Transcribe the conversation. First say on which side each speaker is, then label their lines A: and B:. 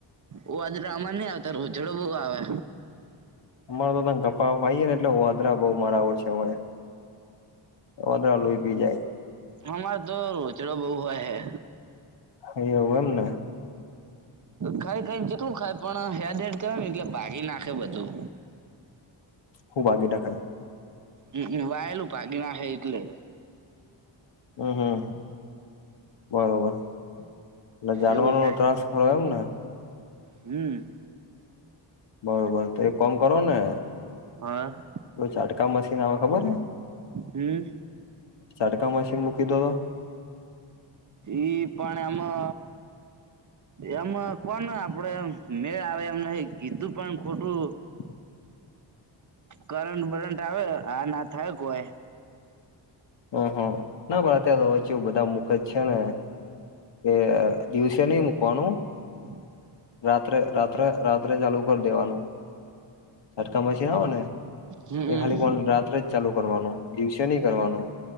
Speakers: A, on the right; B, on the left.
A: ઓ આદરા અમાર નઈ આવતા રોઝડો બોહુ આવે.
B: અમારે તો તા ગપ્પા મારીયે ને એટલે વાદરા બોઉ મારા ઓ છે અમારે વાંદરા લોઈ પી જાય.
A: અમારે તો રોચડો બોઉ હોય હે.
B: હોયો વન ને?
A: ખાઈ ખાઈ ન કેટલું ખાય પણ હેડ-હેડ કર ને એટલે પાડી નાખે બધું.
B: હું ભાંગી નાખે?
A: હમ, હમ, વાયેલું પાડી નાખે એટલે.
B: હમ, હમ, બરોબર એટલે જાનવરોનો
A: એવું થાય
B: ત્રાસ હ એમ ને?
A: હમ,
B: બરોબર, તો એક કોમ કરો ને
A: હા,
B: પેલું ચાડકા મશીન આવે ખબર ને
A: હમ,
B: ચાડકા મશીન મૂકી દો તો
A: ઈ પણ આમો એમાં કોન આપડે એમ મેળ આવે એમ નહી, કીધું પણ ખોટું
B: <inaudible>
A: કરંટ બરંટ આવે, આ ના થાય કોઈ.
B: હ, હ, ના પણ અત્યારે અવે કેવું બધાં મૂકે જ છે ને કે દિવસે નઈ મૂકવાનું.
A: <inaudible>
B: રાત્રે-રાત્રે-રાત્રે ચાલુ કરી દેવાનું, ચટકા મશીન હને
A: હમ
B: એ ખાલી પણ રાત્રે જ ચાલુ કરવાનું દિવસે ની કરવાનું.